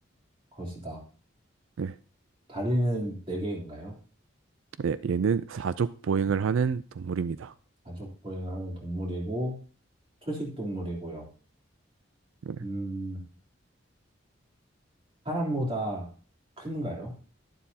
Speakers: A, on the right; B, on the right.
A: 것이다.
B: 네.
A: 다리는 네 개인가요?
B: 예, 얘는 사족 보행을 하는 동물입니다.
A: 가족 보행을 하는 동물이고 초식 동물이고요.
B: 네.
A: 음, 사람보다 큰가요?